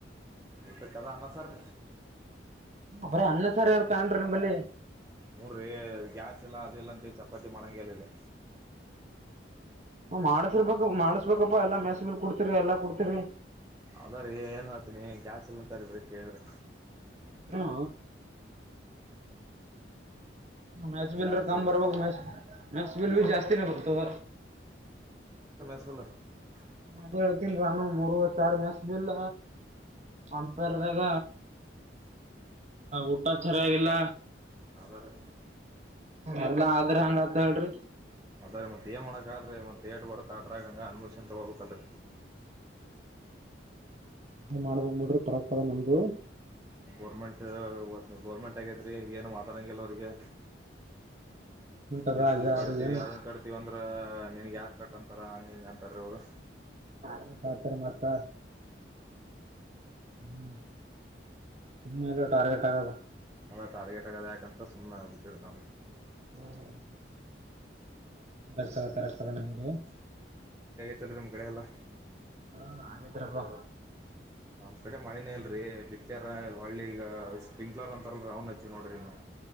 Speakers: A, on the right; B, on the right.
A: ಊಟ ಕದ ಅನ್ನ ಸರ್
B: ಅಪರ ಅನ್ನ ಸಾರ ಇರು ತಾನ್ರಿ ಬಲ್ಲಿ
A: ನೋಡ್ರರಿ ಗ್ಯಾಸ್ ಇಲ್ಲ ಅದೆಲ್ಲ ಅಂತೆ ಚಪಾತಿ ಮಾಡಂಗೆಲ್ಲ ಇಲ್ಲಿ
B: ಹ್ಮ್ ಮಾಡ್ಸಿರ್ಬೇಕ ಮಾಡಸ್ಬೇಕಪ್ಪಾ ಎಲ್ಲಾ ಮೆಸಗಲ್ ಕುಡ್ತಿರಿ ಎಲ್ಲಾ ಕುಡ್ತಿರಿ
A: ಅದ ರೀ ಏನ್ ಹೇಳ್ತನಿ ಗ್ಯಾಸ್ ಇಲ್ಲಂತರಿಬ್ರಿ ಕೇಳಿದ್ರ
B: ಹಾ ಮ್ಯಾಸ್ ಬಿಲ್ರ
A: ಗ್ಯಾಸ್
B: ಕಾಮ
A: ಇಲ್ಲ
B: ಬರ ಬ ಮ ಮ ಬಿಲ್
A: ಮೂರು
B: ಬಿ ಜಾಸ್ತಿ ನ ಬರ್ತದ
A: ಬಲ <unintelligible>
B: ಅದ ಹೇಳ್ತಿನಾನು ಮೂರವರ ಸಾರ ಮೆಸ್ಬಿಲ್ಲ ಅಂತರ್ಗ ಊಟ ಚರಿ ಆಗಿಲ್ಲ
A: ಅದರ
B: ಎಲ್ಲಾ ಆದ್ರ ಹಂಗತ್ ಹೇಳ್ರಿ
A: ಅದಾರೆ ಮತ್ತಯ ಮ ಮಾಡಣ ಹಾಗಲ್ಲ ರೀ ಒಂದು ಥಿಯೇಟ್ ಬರ್ತ್ತಾ ಆಟ್ರಾಗ ಹಂಗೆ ಅನ್ಭೂಷನ್ ತೊಗೋಬೇಕಲ್ ರೀ
B: ಹ್ಮ ಮಾಡಬಕ ಬುಡ್ಡಿ ಪರಕ್ತದ ನಿಮ್ದು
A: ಗೋರ್ಮೆಂಟ್- ಗೋರ್ಮೆಂಟ್ ಆಗೈತ್ರೀ ಏನು ಮಾತಾಡಂಗಿಲ್ಲ ಅವ್ರಿಗೆ
B: ಅದ
A: ಮೆಸೂಲ್
B: ಈಗ
A: ಕಡ್ತೀವಿ
B: ಅವ್ರಿಗೆ ಏನ್
A: ಅನ್ ಕಟ್ತೀವಿ ಅಂದ್ರ ನಿನಗೆ ಯಾರು ಕಟ್ಂತಾರ ಹಂಗೆ ಹಿಂಗೆ ಅಂತಾರೆ ಅವ್ರು
B: ಆ ಪಾತ್ರ ಮಾತ ಹ್ಮ್ ಸುಮ್ಮನೆ ಎಲ್ಲ ಟಾರ್ಗೆಟ್ ಆಗಲ್ಲ
A: ಅ ಟಾರ್ಗೆಟ್ ಆಗೋದ ಯಕಂತ ಸುಮ್ಮನೆ ಆಗಿ ಬಿಟ್ಟವಿ ನಾವು.
B: ಹ್ಮ್ ಹ್ಮ ಹ. ಬರ್ಸ ಕರಕ್ತದ ನಿಮ್ದು. <inaudible>
A: ಮತ್ತ್ ರಿ ನಿಮ್ಮ ಕಡೆ ಎಲ್ಲಾ.
B: ಹಾ ಹಾಗಿದ್ರಪ್ಪ.
A: ನಮ್ ಕಡೆ ಮಳೆನೇಲ್ರರಿ ಬಿತ್ತಾರ ಹೂಳ್ಳಿ ಈಗ. ಸ್ಪಿಂಕ್ಲರ್ ಅಂತಾರ ರೌಂಡ್ ಹಚ್ಚಿ ನೋಡ್ರರಿ ನೀವು.